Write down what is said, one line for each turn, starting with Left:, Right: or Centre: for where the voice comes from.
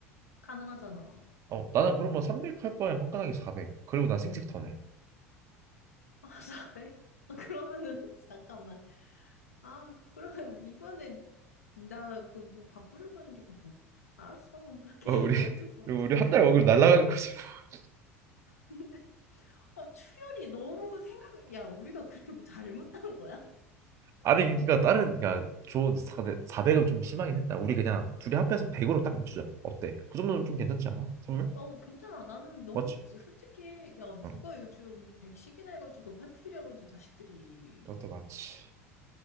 Left: 가능하잖아.
Right: 어, 나는 그러면 300 할 바에 화끈하게 400. 그리고 난 생색 더 내.
Left: 아, 400? 아, 그러면은, <laughs> 잠깐만. 아, 그러면 이번에 나 그 뭐 바꾸려고 했는데 그 뭐, 알았어. 그럼 그렇게
Right: 어, 우리,
Left: 해. <laughs> 어쩔 수 없지
Right: 그리고 우리
Left: 뭐.
Right: 한 달 월급 날라가는 거지. <laughs>
Left: 근데, 어, 출혈이 너무 생각, 야, 우리가 그렇게 뭐 잘못한 거야?
Right: 아니, 그러니까 다른, 그러니까 좋은, 400은 좀 심하긴 했다. 우리 그냥 둘이 합해서 100으로 딱 맞추자. 어때? 그 정도는 좀 괜찮지 않아? 선물?
Left: 어, 어, 괜찮아. 나는 너무
Right: 맞지?
Left: 좋지. 솔직히, 야,
Right: 응,
Left: 누가 요즘 100식이나 해가지고 파티를 열어 자식들이.
Right: 그것도 맞지.